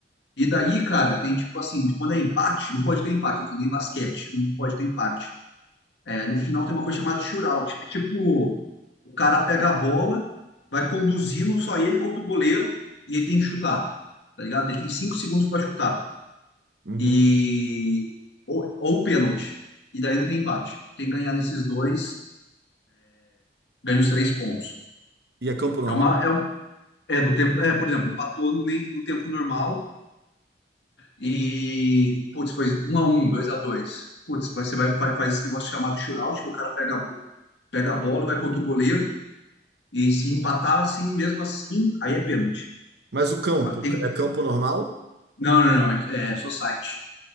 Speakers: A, on the left; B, on the right.
A: E daí, cara, tem tipo assim, quando é empate, não pode ter empate aqui, nem basquete, não pode ter empate. É, no final tem uma coisa chamada shootout. É tipo, o cara pega a bola, vai conduzindo só ele contra o goleiro e ele tem que chutar, tá ligado? Ele tem cinco segundos para chutar.
B: Uhum.
A: E ou, ou pênalti. E daí não tem empate. Quem ganhar nesses dois ganha os três pontos.
B: E é campo normal?
A: É uma é, um- é do tempo, é, por exemplo, empatou no, ne- no tempo normal e putz, foi um a um dois a dois Putz, vai- você vai, vai- faz esse negócio chamado shootout, que o cara pega a bo- pega a bola, vai contra o goleiro E se empatar assim, mesmo assim, aí é pênalti.
B: Mas o campo,
A: Mas tem...
B: é campo normal?
A: Não, não, não. É, é society.